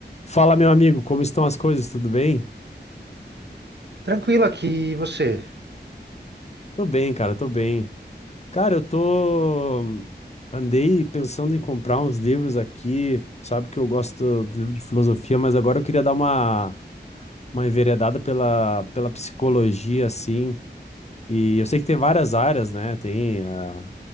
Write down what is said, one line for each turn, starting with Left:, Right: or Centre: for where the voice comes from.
Left: Fala, meu amigo, como estão as coisas? Tudo bem?
Right: Tranquilo aqui, e você?
Left: Tô bem, cara, tô bem. Cara, eu tô. Andei pensando em comprar uns livros aqui. Sabe que eu gosto de livro de filosofia, mas agora eu queria dar uma, uma enveredada pela, pela psicologia, assim. E eu sei que tem várias áreas, né? Tem a,